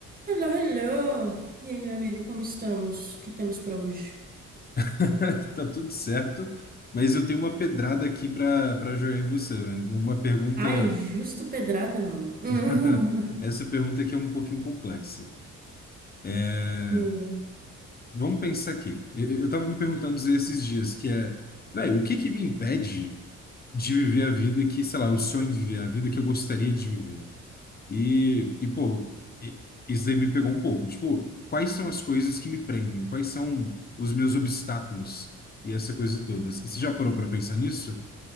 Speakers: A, on the right; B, on the left.
A: Hello, hello! E aí, meu amigo, como estamos? O que temos pra hoje?
B: <laughs> Tá tudo certo, mas eu tenho uma pedrada aqui para para jogar em você, velho. Uma pergunta.
A: Ai, justa pedrada, mano. <laughs>
B: <laughs> Essa pergunta aqui é um pouquinho complexa. É,
A: Manda.
B: Vamos pensar aqui. Eu, eu tava me perguntando esses dias que é, velho, o que que me impede de viver a vida que, sei lá, eu sonho em viver, a vida que eu gostaria de viver? E, e pô, e- isso aí me pegou um pouco. Tipo, quais são as coisas que me prendem? Quais são os meus obstáculos? E essa coisa toda. Você já parou para pensar nisso?